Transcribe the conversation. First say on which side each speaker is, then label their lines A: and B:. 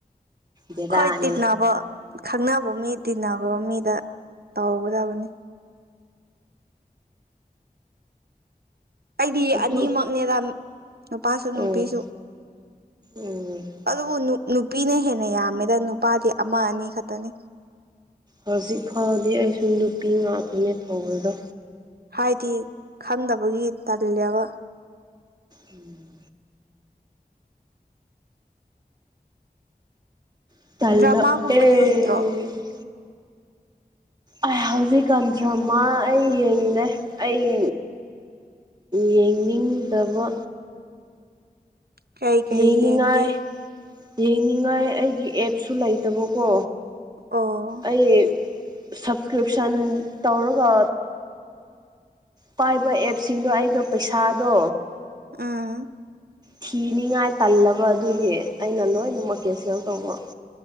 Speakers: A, on the right; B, on the right.
A: ꯕꯦꯔꯥꯅꯤ
B: ꯈꫭꯏꯗꯤ ꯅꯥꯕ ꯈꯪꯅꯕ ꯃꯤ ꯇꯤꯟꯅꯕ ꯃꯤꯗ ꯇꯧꯒꯗꯕꯅꯤ ꯑꯩꯗꯤ
A: ꯑꯗꯨ
B: ꯑꯅꯤꯃꯛꯅꯦꯕ ꯅꯨꯄꯥꯁꯨ ꯅꯨꯄꯤꯁꯨ
A: ꯑꯣ ꯎꯝ
B: ꯑꯗꯨꯕꯨ ꯅꯨꯄꯤꯅ ꯍꯦꯟꯅ ꯌꯥꯝꯃꯦꯗ ꯅꯨꯄꯥꯗꯤ ꯑꯃ ꯑꯅꯤ ꯈꯛꯇꯅꯤ
A: ꯍꯧꯖꯤꯛ ꯐꯥꯎꯗꯤ ꯑꯩꯁꯨ ꯅꯨꯄꯤ ꯉꯥꯛꯇꯅꯦ ꯇꯧꯕꯗꯣ
B: ꯍꯥꯏꯗꯤ ꯈꯪꯗꯕꯒꯤ ꯇꯜꯂꯦꯕ
A: ꯎꯝ <unintelligible> ꯇꯜꯂꯛꯑꯦ
B: ꯗ꯭ꯔꯃꯥꯒꯨꯝꯕꯗꯤ ꯌꯦꯡꯗ꯭ꯔꯣ
A: ꯑꯩ ꯍꯧꯖꯤꯛꯀꯟ ꯗ꯭ꯔꯃꯥ ꯑꯩ ꯌꯦꯡꯗꯦ ꯑꯩ ꯌꯦꯡꯅꯤꯡꯗꯕ
B: ꯀꯩ ꯀꯩ
A: ꯌꯦꯡꯅꯤꯡꯉꯥꯏ
B: ꯌꯦꯡꯒꯦ
A: ꯌꯦꯡꯅꯤꯡꯉꯥꯏ ꯑꯩꯒꯤ ꯑꯦꯞꯁꯨ ꯂꯩꯇꯕꯀꯣ
B: ꯑꯣ
A: ꯑꯩ ꯁꯞꯁꯀ꯭ꯔꯤꯞꯁꯟ ꯇꯧꯔꯒ ꯄꯥꯏꯕ ꯑꯦꯞꯁꯤꯡꯗꯣ ꯑꯩꯗꯣ ꯄꯩꯁꯥꯗꯣ
B: ꯎꯝ
A: ꯊꯤꯅꯤꯡꯉꯥꯏ ꯇꯜꯂꯕ ꯑꯗꯨꯒꯤ ꯑꯩꯅ ꯂꯣꯏꯅꯃꯛ ꯀꯦꯟꯁꯦꯜ ꯇꯧꯕ